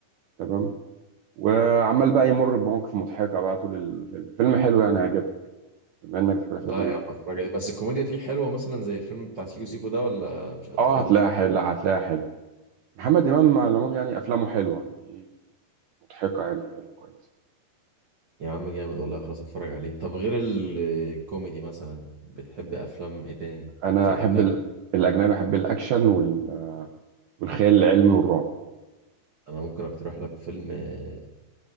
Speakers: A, on the right; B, on the right.
A: تمام وعمال بقى يمر بمواقف مضحكه بقى طول الفيلم فيلم حلو يعني هيعجبك بما انك بتحب الافلام
B: لا
A: ال-
B: يا عم اتفرج بس الكوميديا فيه حلوه مثلا زي الفيلم بتاع سيكو سيكو ده ولا مش قد
A: اه
B: كده
A: هتلاقيها حلو هتلاقيها حلو محمد امام على العموم يعني افلامه حلوه يعني مضحكه يعني حلوه كويس
B: يا عم جامد والله خلاص اتفرج عليه طب غير ال- الكوميدي مثلا بتحب افلام ايه تاني
A: انا
B: في الاجنبي
A: احب ال... الاجنبي احب الاكشن وال... والخيال العلمي والرعب
B: انا ممكن اقترح لك فيلم آه،